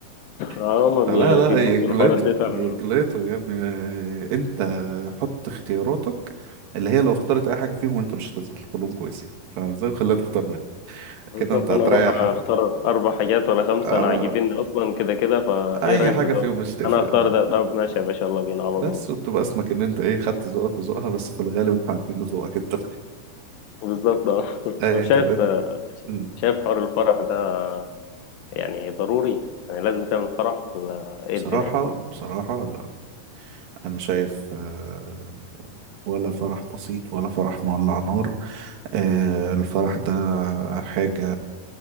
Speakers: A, on the left; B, on the right.
A: اه
B: <laughs>
A: هم
B: فلا
A: بي-
B: لا
A: بيبصوا
B: يجلطوا
A: للحوارات دي فعلا
B: يجلطوا يا ابني آه، انت حط اختياراتك اللي هي لو اختارت اي حاجه فيهم انت مش هتزعل كلهم كويسين فاهم ازاي وخليها تختار منها
A: بالظبط
B: كده انت هتريح
A: انا اروح اختار اربع حاجات ولا خمسه
B: آه
A: انا عاجبيني اصلا كده كده فايه
B: اي
A: رايك
B: حاجه
A: في ده
B: فيهم مش تفرق
A: انا هختار
B: اه
A: ده طب ماشي يا باشا يلا بينا على
B: بس
A: طول
B: وبتبقى اسمك ان انت ايه خدت ذوقك وذوقها بس في الغالب احنا عارفين ذوقك انت
A: بالظبط اه <laughs>
B: <laughs> ايه
A: طب شايف
B: طب انت- مم.
A: شايف حوار الفرح ده يعني ضروري يعني لازم تعمل فرح ولا ايه
B: بصراحة
A: الدنيا
B: بصراحة لا أنا شايف آه، ولا فرح بسيط ولا فرح مولع نار آه الفرح ده حاجة